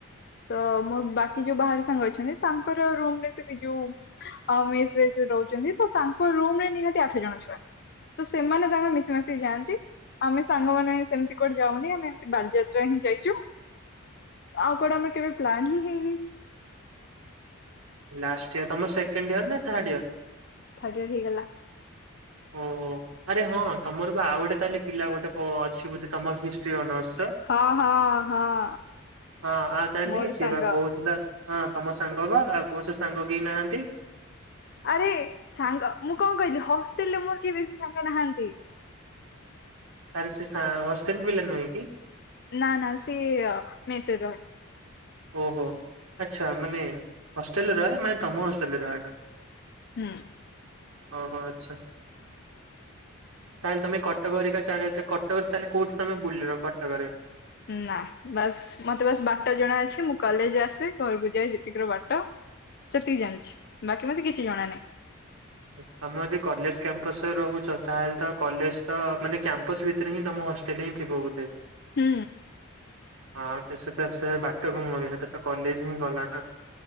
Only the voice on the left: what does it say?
ତ ମୋର ବାକି ଯୋଉ ବାହାରେ ସାଙ୍ଗ ଅଛନ୍ତି ତାଙ୍କର ରୁମ୍ ରେ ସେଠି ଯୋଉ ଅ, ମେସ୍ ଫେସ୍ ସେ ରହୁଚନ୍ତି ତ ତାଙ୍କ ରୁମ୍ ରେ ନିହାତି ଆଠ ଜଣ ଛୁଆ। ତ ସେମାନେ ତାଙ୍କର ମିଶି ମାଶିକି ଯାଆନ୍ତି। ଆମେ ସାଙ୍ଗମାନେ ସେମିତି କୁଆଡେ ଯାଉନି। ଆମେ ଏମତି ବାଲିଯାତ୍ରା ହିଁ ଯାଇଚୁ । ଆଉ କୁଆଡେ ଆମର କେବେ ପ୍ଲାନ୍ ହିଁ ହେଇନି।
ଥାର୍ଡ ଇୟର୍ ହେଇଗଲା।
ହଁ ହଁ ହଁ।
ମୋରି
ସାଙ୍ଗ
ଆରେ ସାଙ୍ଗ ମୁଁ କଣ କହିଲି ହଷ୍ଟେଲ୍ ରେ ମୋର କିଏ ସାଙ୍ଗ ନାହାନ୍ତି।
ନା ନା ସିଏ ମେସ୍ ରେ ରହେ।
ହଁ।
ନା ବାସ୍ ମୋତେ ବାସ୍ ବାଟ ଜଣା ଅଛି। ମୁଁ କଲେଜ୍ ଆସେ ଘରକୁ ଯାଏ। ଯେତିକିର ବାଟ ସେତିକି ଜାଣିଛି। ବାକି ମୋତେ କିଛି ଜଣା ନାହିଁ।
ହୁଁ।